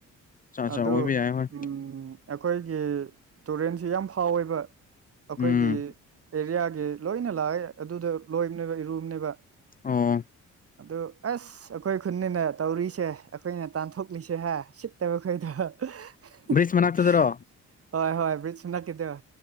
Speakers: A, on the left; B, on the right.
A: ꯆꯥ ꯆꯥ
B: ꯑꯗꯨ
A: ꯑꯣꯏꯕ ꯌꯥꯏ ꯍꯣꯏ
B: ꯎ ꯑꯩꯈꯣꯏꯒꯤ ꯇꯨꯔꯦꯟꯁꯤ ꯌꯥꯝ ꯊꯥꯎ ꯑꯣꯏꯕ ꯑꯩꯈꯣꯏꯒꯤ
A: ꯎꯝ
B: ꯑꯦꯔꯤꯌꯥ ꯂꯣꯏꯅ ꯂꯥꯛꯑꯦ ꯑꯗꯨꯗ ꯂꯣꯏꯕꯅꯦꯕ ꯏꯔꯨꯕꯅꯦꯕ
A: ꯑꯣ
B: ꯑꯗꯨ ꯑꯁ ꯑꯩꯈꯣꯏ ꯈꯨꯟꯅ ꯇꯧꯔꯤꯁꯦ ꯑꯩꯈꯣꯏꯅ ꯇꯥꯟꯊꯣꯛꯂꯤꯁꯦ ꯍꯥꯏ ꯁꯤꯠꯇꯕ ꯑꯩꯈꯣꯏꯗ ꯍꯣꯏ
A: ꯕ꯭ꯔꯤꯖ ꯃꯅꯥꯛꯇꯗꯔꯣ
B: ꯍꯣꯏ ꯕ꯭ꯔꯤꯖꯁꯨ ꯅꯛꯈꯤꯗꯕ